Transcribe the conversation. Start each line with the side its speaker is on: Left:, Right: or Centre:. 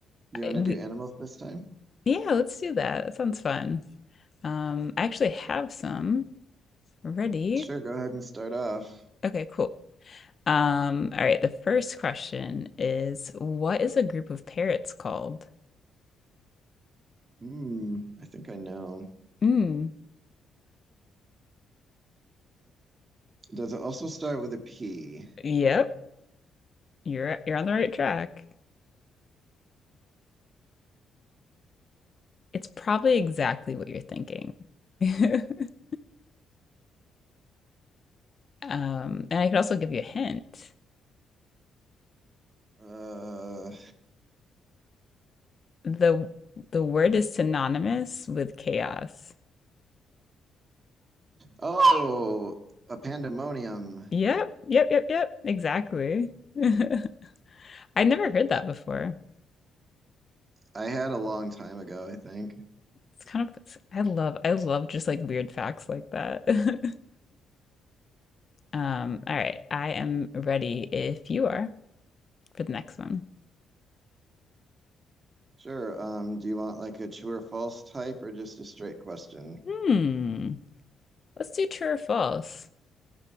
Right: Do you
Left: I-
Right: want to
Left: we,
Right: do animals this time?
Left: yeah, let's do that. That sounds fun. Um, I actually have some ready.
Right: Sure, go ahead and start off.
Left: Okay, cool. Um, all right, the first question is, what is a group of parrots called?
Right: Hmm, I think I know.
Left: Mm,
Right: Does it also start with a P?
Left: yep. You're you're on the right track. It's probably exactly what you're thinking. <laughs> Um, and I could also give you a hint.
Right: Uh,
Left: The the word is synonymous with chaos.
Right: oh, a pandemonium.
Left: Yep, yep, yep, yep, exactly. <laughs> I never heard that before.
Right: I had a long time ago, I think.
Left: It's kind of it's- I love I love just like weird facts like that. <laughs> Um, all right, I am ready if you are for the next one.
Right: Sure. Um, do you want like a true or false type or just a straight question?
Left: Hmm. Let's do true or false,